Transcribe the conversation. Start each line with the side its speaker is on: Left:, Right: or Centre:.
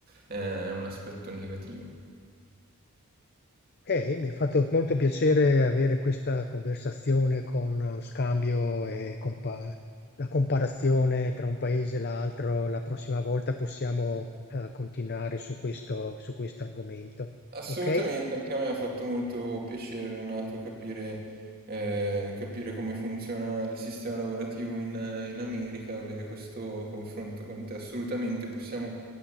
Right: eh, è un aspetto negativo.
Left: Ok, mi ha fatto molto piacere avere questa conversazione con eh, scambio e compa- la comparazione tra un paese e l'altro. La prossima volta possiamo eh, continuare su questo, su questo argomento.
Right: Assolutamente,
Left: Ok?
Right: anche a me ha fatto molto piacere, Renato, capire, eh, capire come funziona il sistema lavorativo in, eh, in America, avere questo confronto con te. Assolutamente, possiamo,